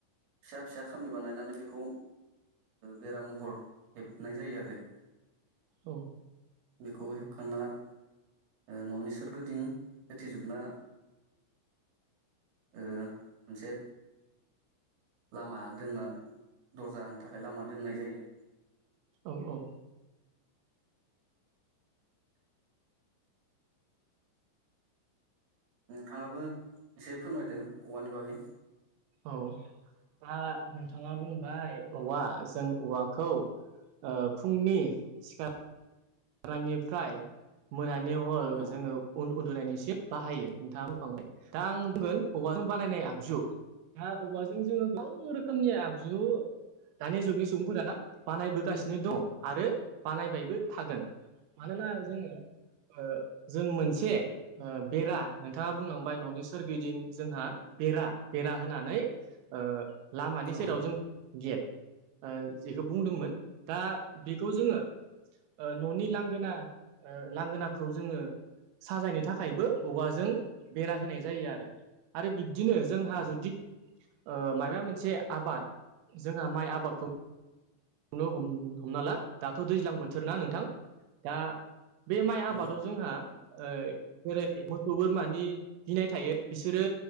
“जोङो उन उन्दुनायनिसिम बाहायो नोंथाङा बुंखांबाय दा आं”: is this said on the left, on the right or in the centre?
Right